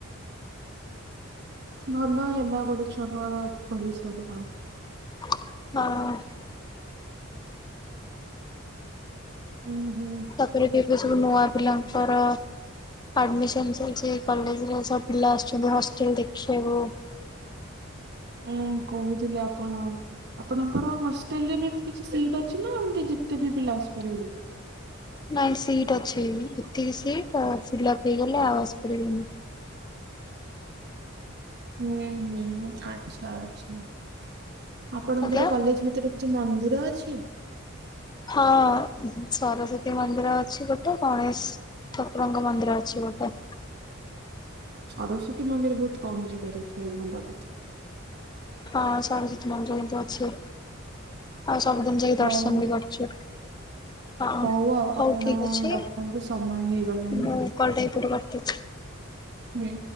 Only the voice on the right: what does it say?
ଭଲ ହେଲା ଗୋଟେ ଛଆଙ୍କର ଭବିଷ୍ୟତ ପାଇଁ।
ହୁଁ ହୁଁ
ଉଁ କହୁଥୁଲେ ଆପଣ। ଆପଣଙ୍କର ହଷ୍ଟେଲରେ ବି ଏମତି କିଛି ସିଟ୍ ଅଛିନା ଏମତି ଯେତେ ବି ପିଲା ଆସିପାରିବେ?
ହୁଁ ହୁଁ ଆଛା ଆଛା। ଆପଣଙ୍କର
କଲେଜ ଭିତରେ କିଛି ମନ୍ଦିର ଅଛି?
ସରସ୍ଵତୀ ମନ୍ଦିର ବୋହୁତ କମ ଜାଗାରେ ଥାଏ ଭଲକଥା।
ହଉ
ହଉ ଆଉ
ଆପଣ
ରଖନ୍ତୁ ସମୟ ହେଇଗଲାଣି।
ହୁଁ।